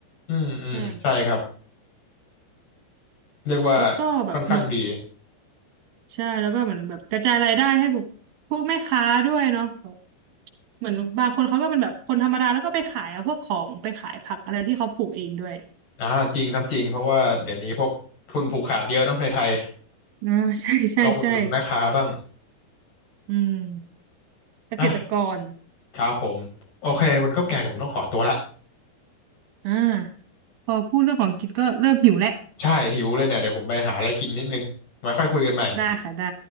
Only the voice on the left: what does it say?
อืมอืมใช่ครับ
เรียกว่า
ค่อนข้างดี
อ่าจริงครับจริงเพราะว่าเดี๋ยวนี้พวกทุนผูกขาดเยอะเนาะในไทย
ต้องอุดหนุนแม่ค้าบ้าง
อ่ะครับผมโอเคคุณข้าวแกงเดี๋ยวผมต้องขอตัวละ
ใช่หิวเลยเนี่ยเดี๋ยวผมไปหาอะไรกินนิดนึงไว้ค่อยคุยกันใหม่